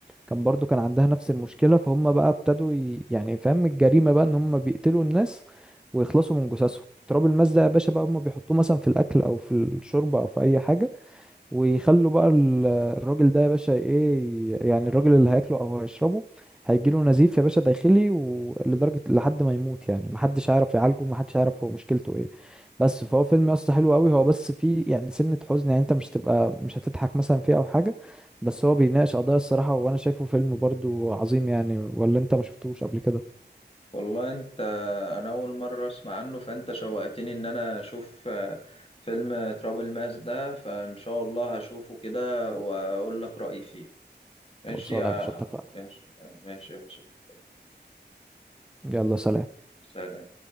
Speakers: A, in the centre; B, on the left (about 30°).
A: كان برضو كان عندها نفس المشكلة فهم بقى ابتدوا ي... يعني فاهم الجريمة بقى ان هم بيقتلوا الناس ويخلصوا من جثثهم تراب الماس ده يا باشا بقى هم بيحطوه مثلا في الاكل او في الشوربة او في اي حاجة ويخلوا بقى ال- الراجل ده يا باشا ايه يعني الراجل اللي هياكله او هيشربه هيجيله نزيف يا باشا داخلي ولدرجة لحد ما يموت يعني محدش هيعرف يعالجه محدش هيعرف هو مشكلته ايه بس فهو فيلم يا اسطى حلو قوي هو بس فيه يعني سنة حزن يعني انت مش تبقى مش هتضحك مثلا فيه او حاجة بس هو بيناقش قضايا الصراحة وانا شايفه فيلم برضو عظيم يعني ولا انت ما شفتوش قبل كده
B: والله انت انا اول مره اسمع عنه فانت شوقتني ان انا اشوف آه، فيلم تراب الماس ده فان شاء الله هشوفه كده واقول لك رايي فيه ماشي
A: خلصانه
B: يا
A: يا باشا اتفقنا
B: ماشي آه، ماشي يا باشا اتفقنا
A: يلا سلام
B: سلام